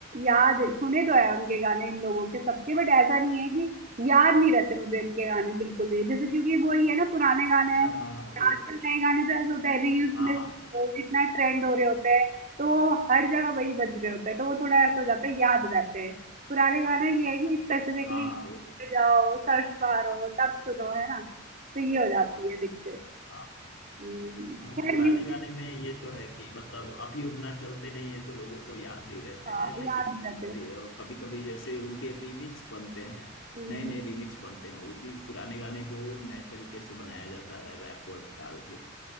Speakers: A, on the right (about 40°); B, on the left (about 70°).
A: याद सुने तो है उनके गाने इन लोगों के सबके बट ऐसा नहीं है कि याद नहीं रहते मुझे इनके गाने बिल्कुल भी जैसे क्योंकि वो ही है ना पुराने गाने
B: अच्छा
A: हैं
B: हाँ वो
A: आजकल नए गाने तो ऐसे होता है रील्स
B: हाँ
A: में अ, इतना ट्रेंड हो रहे होते हैं तो वो हर जगह वही बज रहे होते हैं तो वो थोड़ा ऐसा हो जाता है याद रहते हैं पुराने गाने ये है कि स्पेसिफिकली
B: हाँ वो तो-
A: जाओ सर्च मारो तब सुनो है ना तो ये हो जाती है दिक्कत
B: हाँ
A: हम्म,
B: हाँ,
A: खैर
B: पुराने
A: म्यूजिक
B: गाने में ये तो है कि मतलब अभी उतना चलते नहीं है तो लोगों को याद नहीं रहते
A: हाँ
B: हैं लेकिन
A: याद नहीं रहते
B: कभी कभी जैसे उनके रीमिक्स बनते हैं
A: हम्म,
B: नए नए रीमिक्स बनते हैं उसी पुराने गाने को नए तरीके से बनाया जाता है रैप वैप डाल के